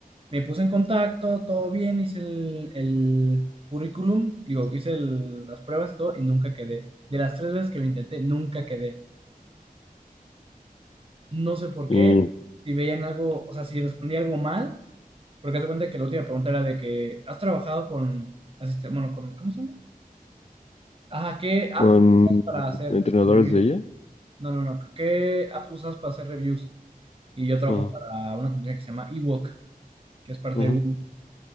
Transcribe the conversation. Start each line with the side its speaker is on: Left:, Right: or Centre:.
Right: me puse en contacto, todo bien, hice el, el currículum, digo, hice el- las pruebas, todo, y nunca quedé. De las tres veces que lo intenté, nunca quedé. No sé por
Left: Y
Right: qué, si veían algo, o sea, si respondía algo mal, porque haz de cuenta que la última pregunta era de que, ¿has trabajado con, asiste- bueno, con, ¿cómo se llama? Ajá, ¿qué app
Left: con
Right: usas para hacer
Left: entrenadores
Right: reviews?
Left: de IA.
Right: No, no, no, ¿qué qué app usas para hacer reviews? Y yo trabajo
Left: Ujú,
Right: para una compañía que se llama Ewok, que es parte
Left: ujú.
Right: de Google.